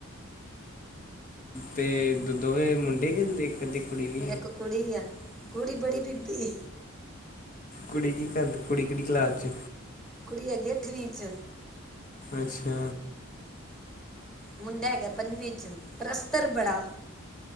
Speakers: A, on the left; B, in the centre.
A: ਤੇ ਦੋਵੇ ਮੁੰਡੇ ਹੁੰਦੇ ਇੱਕ ਅੱਧੀ ਕੁੜੀ ਵੀ
B: ਇੱਕ ਕੁੜੀ ਆ ਕੁੜੀ ਬੜੀ ਬੀਬੀ
A: ਕੁੜੀ ਕੀ ਕਰਦੀ ਕੁੜੀ ਕਿਹੜੀ ਕਲਾਸ ਚ
B: ਕੁੜੀ ਹੈਗੀ ਆ ਅੱਠਵੀਂ ਚ
A: ਅੱਛਾ
B: ਮੁੰਡਾ ਹੈਗਾ ਪੰਜਵੀਂ ਚ ਪਰ ਅਸਤਰ ਬੜਾ